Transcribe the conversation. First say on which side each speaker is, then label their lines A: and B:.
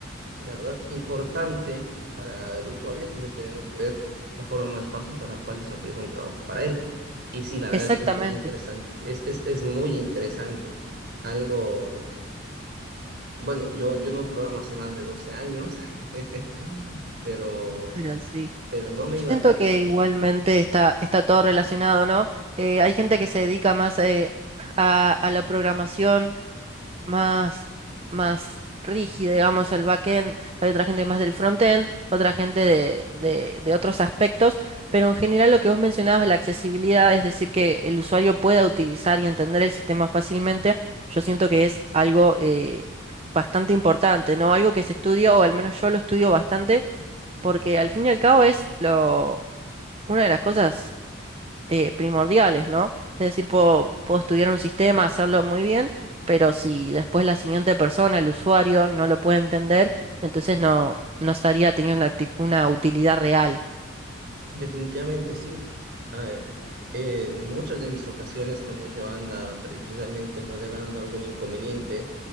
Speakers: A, on the right (about 50°); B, on the right (about 30°).
A: ¿verdad? Importante para el usuario, entonces tenemos que ver la forma más fácil para cuál desarrollar un trabajo para él. Y sí, la verdad
B: Exactamente,
A: es que es muy interesante, es, es, es muy interesante. Algo, bueno, yo, yo no programo hace más de 12 años, <laughs> pero,
B: pero sí.
A: pero no me
B: Yo
A: iba
B: siento
A: tan
B: que
A: mal.
B: igualmente está, está todo relacionado, ¿no? Eh, hay gente que se dedica más eh, a, a la programación más, más rígida, digamos, el backend, hay otra gente más del frontend, otra gente de, de, de otros aspectos, pero en general lo que vos mencionabas, la accesibilidad, es decir, que el usuario pueda utilizar y entender el sistema fácilmente, yo siento que es algo eh, bastante importante, ¿no? Algo que se estudia, o al menos yo lo estudio bastante porque al fin y al cabo es lo, una de las cosas eh, primordiales, ¿no? Es decir, puedo, puedo estudiar un sistema, hacerlo muy bien, pero si después la siguiente persona, el usuario, no lo puede entender, entonces no, no estaría teniendo una, acti- una utilidad real.
A: Definitivamente sí. A ver, en muchas de mis ocasiones cuando yo anda pre- precisamente modelando algún inconveniente